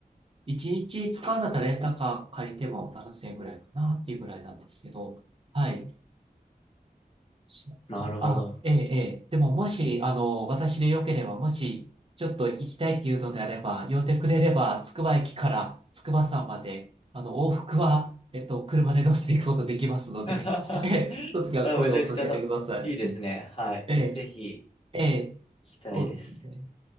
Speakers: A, on the right; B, on the left.
A: 1日使うんだったらレンタカー借りても7000円ぐらいかなっていうぐらいなんですけど、はい。そっか。
B: なるほど。
A: あ、ええ、ええ。でも、もし、あの、私でよければ、もし、ちょっと行きたいっていうのであれば、呼んでくれれば、つくば駅から筑波山まで、あの、往復は、えっと、車で乗せていくことできますので、
B: <laughs>
A: <laughs> ええ、その時は声をかけてください。
B: あめちゃくちゃいいですね。はい。
A: ええ、
B: ぜひ
A: ええ、
B: 行きたいです。
A: そうですね。